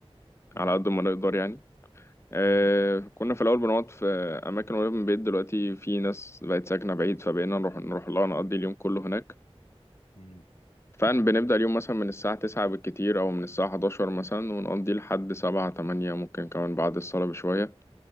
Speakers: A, on the left (about 75°); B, on the left (about 25°).
A: مم.
B: على قد ما نقدر يعني آه
A: مم.
B: كنا في الأول بنقعد في أماكن قريبة من البيت دلوقتي في ناس بقت ساكنة بعيد فبقينا نروح نروح لها نقضي
A: مم.
B: اليوم كله هناك
A: مم.
B: فعلا بنبدأ اليوم مثلا من الساعة تسعة بالكتير أو من الساعة حداشر مثلا ونقضي لحد سبعة تمانية ممكن كمان بعد الصلاة بشوية